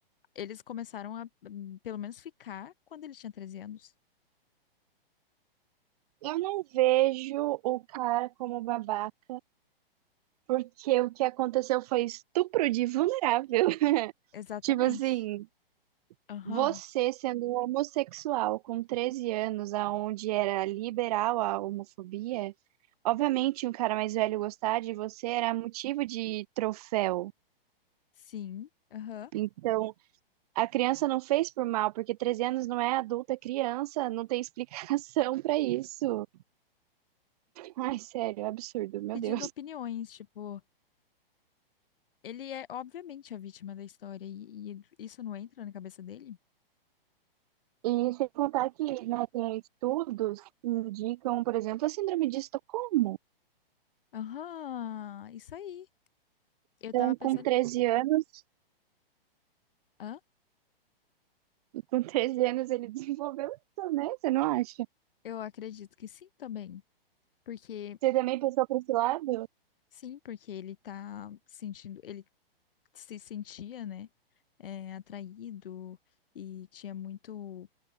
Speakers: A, on the left (about 65°); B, on the right (about 40°).
A: eles começaram a, hum, pelo menos, ficar quando ele tinha treze anos.
B: Eu não vejo o cara como babaca, porque o que aconteceu foi estupro de vulnerável. <laughs>
A: Exatamente.
B: Tipo assim,
A: Aham,
B: você sendo um homossexual com 13 anos, aonde era liberal a homofobia, obviamente um cara mais velho gostar de você era motivo de troféu.
A: sim, aham.
B: Então, a criança não fez por mal, porque 13 anos não é adulta, é criança, não tem explicação <laughs> pra isso. Ai, sério, é absurdo, meu
A: Pedindo
B: Deus.
A: opiniões, tipo, ele é obviamente a vítima da história e, e isso não entra na cabeça dele?
B: E sem contar que, né, tem estudos que indicam, por exemplo, a síndrome de Estocolmo.
A: Aham, isso aí. Eu
B: Então,
A: tava pensando
B: com 13
A: nisso.
B: anos,
A: Hã?
B: <laughs> com treze anos ele desenvolveu isso, né? Você não acha?
A: Eu acredito que sim também, porque
B: Você também pensou pra esse lado?
A: sim, porque ele tá sentindo, ele se sentia, né, é, atraído e tinha muito